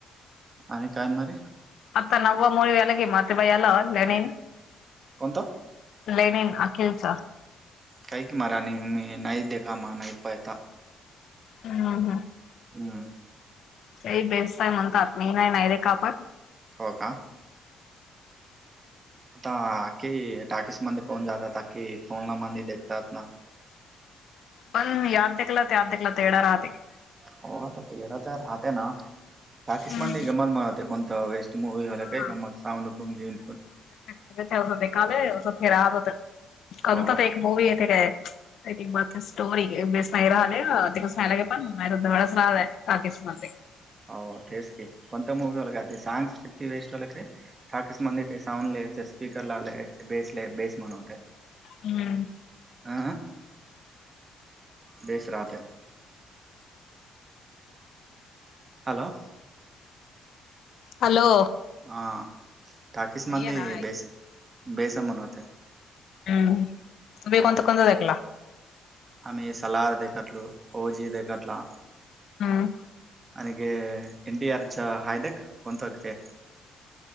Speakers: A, on the right; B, on the left.
A: आणि काय मारी
B: आता नव्वा मन व्याला की माते बाईला लणीन
A: कोणतं
B: लेनन अखिलच
A: काही क मरा आणि मी नाहीै देे कामा नाहीपयता
B: हम् हम
A: हम
B: ते बेस्तय म्हणतात म नाही नाही रे का आपण
A: हो का आता अखखी टाकीस मंद कोण जातात अख्खी फोन ला मंद देखतात ना
B: पण याद देखला याद देखला तेढ राहते
A: हो आता तेढा तर राहत ना पाकिस्मान
B: हम्म
A: नाही गमत मनते कोणतं वेस्ट मूवी झाला
B: हा
A: काही का साऊंड को गे
B: थे बखावेथे राहत कत
A: हो
B: एक मूवी येथे गय का एक बात स्टोरी बेस नाही राहिले तिकचयलाे पण मारुद्धेळच राहलाय काकीस म
A: हो तेेस क कोण मूवीओ का सागस कती वेस्ट वालके ठाकीिस मंदचे साऊंडलेय स्पीकर ला आलेय बेसला बेस म्हनवत
B: हम्म
A: आ देस राात हॅलो
B: हॅलो
A: हां टाकीस
B: नाहीये
A: मंद
B: ना ऐकू
A: बेस बेसमन होते <unintelligible>
B: हम्म त बी कोत कोत दाकला
A: आमही सला <unintelligible> र दखरलं ओजी दखरला
B: हम्
A: ननग एन टडी आर च हयदॅक कोणंतकते <unintelligible>